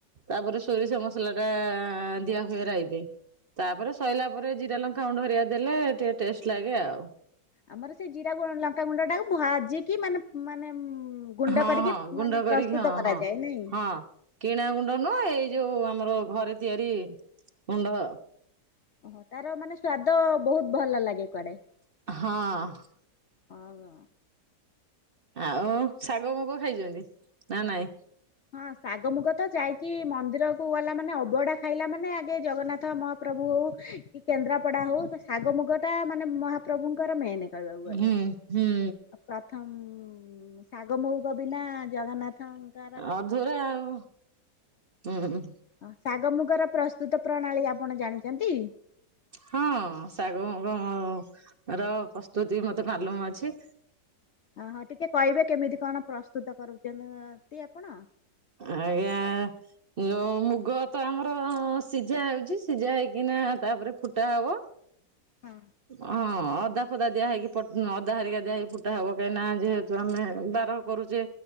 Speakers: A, on the right (about 45°); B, on the left (about 65°).
A: ତାପରେ ସୋରିଷ ମସଲା ଟା ଦିଆ ହୁଏ ରାଇରେ। ତାପରେ ସଇଲା ପରେ ଜିରା ଲଙ୍କା ଗୁଣ୍ଡ ହରିକା ଦେଲେ ଟିକେ ଟେଷ୍ଟ ଲାଗେ ଆଉ।
B: ଆମର ସେ ଜିରା ଗୁ ଲଙ୍କାଗୁଣ୍ଡ ଟାକୁ ଭାଜିକି ମାନେ ମାନେ ଉଁ ଗୁଣ୍ଡ
A: ହଁ
B: କରିକି
A: ହଁ ଗୁଣ୍ଡ
B: ମାନେ
A: କରିକି
B: ପ୍ରସ୍ତୁତ
A: ହଁ
B: କରାଯାଏ
A: ହଁ
B: ନାଇଁ।
A: ହଁ। କିଣା ଗୁଣ୍ଡ ନୁହଁ ଏଇ ଯୋଉ ଆମର ଘରେ ତିଆରି ଗୁଣ୍ଡ।
B: ଓହୋ ତାର ମାନେ ସ୍ଵାଦ ବହୁତ୍ ଭଲ ଲାଗେ କୁଆଡେ
A: ହଁ।
B: ହଁ।
A: ଆଉ ଶାଗ ମୁଗ ଖାଇଛନ୍ତି ନା ନାଇଁ।
B: ହଁ ଶାଗ ମୁଗ ତ ଯାଇଚି ମନ୍ଦିର କୁ ଗଲା ମାନେ ଅବଡା ଖାଇଲା ମାନେ ଆଗେ ଜଗନ୍ନାଥ ମହା ମହାପ୍ରଭୁ ହଉ କି କେନ୍ଦ୍ରାପଡା ହଉ ଶାଗ ମୁଗ ଟା ମାନେ ମହାପ୍ରଭୁଙ୍କର ମେନ୍। କହିବାକୁ ଗଲେ
A: ହୁଁ ହୁଁ
B: ଆ ପ୍ରଥମ୍ ଶାଗ ମହୁକ ବିନା ଜଗନ୍ନାଥଙ୍କ
A: ଅଧୁରା ଆଉ ହୁଁ।
B: ହଁ ଶାଗ ମୁଗର ପ୍ରସ୍ତୁତ ପ୍ରଣାଳୀ ଆପଣ ଜାଣିଚନ୍ତି?
A: ହଁ ଶାଗ ମୁଗ ମର ପ୍ରସ୍ତୁତି ମତେ ମାଲୁମ ଅଛି।
B: ଅ ହଁ ଟିକେ କହିବେ କେମିତି କଣ ପ୍ରସ୍ତୁତ କରୁଛନ୍ତି ଆପଣ?
A: ଆଜ୍ଞା। ଏ ଯୋଉ ମୁଗ ତ ଆମର ସିଝା ହଉଚି ସିଝା ହେଇକିନା ତାପରେ ଫୁଟା ହବ।
B: ହଁ।
A: ହଁ ଅଦା ଫଦା ଦିଆ ହେଇକି ଅଦା ହାରିକା ଦିଆ ହେଇକି ଫୁଟା ହବ କାହିଁକିନା ଯେହେ ଯୋଉ ଆମେ ଦାର କରୁଚେ